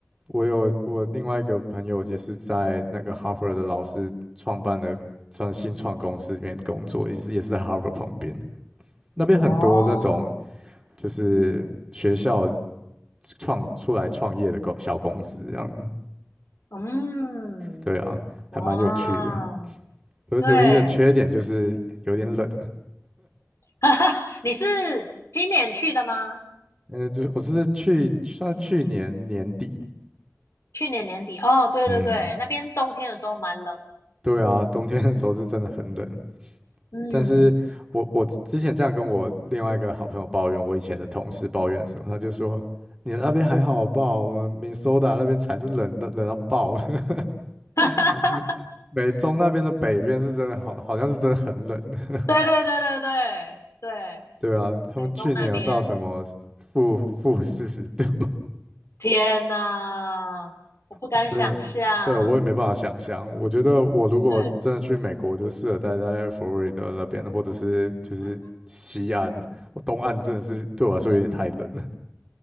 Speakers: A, on the right (about 15°); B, on the left (about 65°).
A: 我有我另外一个朋友也是在那个
B: 嗯，
A: Harvard 的老师创办的算新创公司里面工作，也是也是在 Harvard 旁边。那边很多那种
B: 哦，
A: 就是学校创出来创业的公小公司这样。
B: 嗯，
A: 对啊，
B: 哇哦，
A: 还蛮有趣的。我唯一的缺点就是有点冷。
B: 对，<laughs> 你是今年去的吗？
A: 嗯，就是我是去算是去年年底，
B: 去年年底？哦，对对对，
A: 嗯，
B: 那边冬天的时候蛮冷。
A: 对啊，冬天的时候是真的很冷。
B: 嗯。
A: 但是我我之之前这样跟我另外一个好朋友抱怨，我以前的同事抱怨的时候，他就说：“你那边还好吧？我们 m i n 那边才是冷的，冷到爆。
B: <laughs>
A: <laughs> 美美中那边的北边是真的好，好像是真的很冷。<laughs>
B: 对对对对对对，
A: 对啊，
B: 美中那边，
A: 他们去年有到什么负负四十度。”
B: 天呐，我不敢想象。
A: 我真的，对，我也没办法想象。我觉得我如果真的去美国，
B: 对
A: 就适合待在佛罗里达那边，或者是就是西岸，我东岸真的是对我来说有点太冷了。